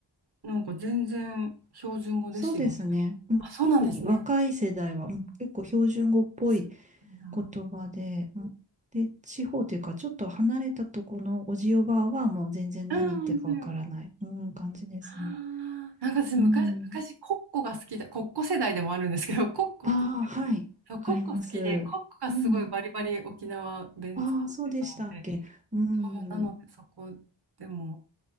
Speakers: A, on the right; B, on the right.
A: なんか全然標準語ですよ、
B: そうですね。
A: みたいな。
B: うん、
A: あ、そうなんですね。
B: 特に若い世代は、うん結構標準語っぽい
A: そうなんだ。
B: 言葉で、うんで、地方というか、ちょっと離れたところのおじおばあはもう全然何言ってるかわからない、
A: うん面白い。
B: うん、感じですね。
A: あーなんか私昔、
B: うん。
A: 昔、コッコが好きだ、コッコ世代でもあるんですけど、<laughs> コッコって知ってますそう、
B: ああ、はい。わかります。
A: コッコ好きで、コッコがすごいバリバリ沖縄弁使ってたので、
B: うん。ああ、そうでしたっけ。うん。
A: なのでそこでも